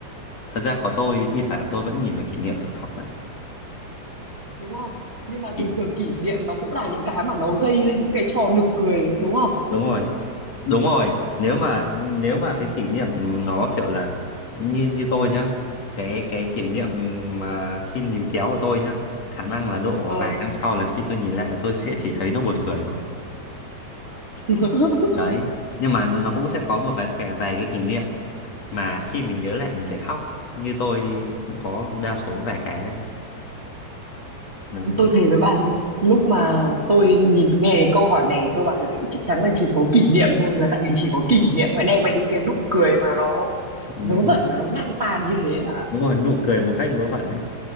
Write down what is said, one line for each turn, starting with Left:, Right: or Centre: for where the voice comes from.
Left: thật ra có tôi thi thoảng tôi vẫn nhìn vào kỷ niệm tôi khóc bạn
Right: đúng không nhưng mà
Left: kỷ...
Right: thường thường kỷ niệm nó cũng là những cái mà nó gây lên những cái trò nực cười đúng không
Left: đúng rồi đúng rồi nếu mà nếu mà cái kỷ niệm nó kiểu là như như tôi nhá cái cái kỷ niệm mà khi níu kéo của tôi nhá khả năng là độ
Right: ờ
Left: vài năm sau là khi tôi nhìn lại tôi sẽ chỉ thấy nó buồn cười thôi
Right: <laughs>
Left: đấy nhưng mà nó cũng sẽ có một vài cái vài cái kỷ niệm mà khi mình nhớ lại mình lại khóc như tôi cũng có đa số vài cái đấy đấy
Right: tôi thề với bạn luôn lúc mà tôi nhìn nghe câu hỏi này tôi bảo mẹ chắc chắn là chỉ có kỷ niệm thôi là tại vì chỉ có kỷ niệm mới đem lại những cái nụ cười mà nó
Left: đúng
Right: vớ
Left: rồi
Right: vẩn và nó ngang tàn như thế bạn ạ
Left: đúng rồi nụ cười một cách vớ vẩn đấy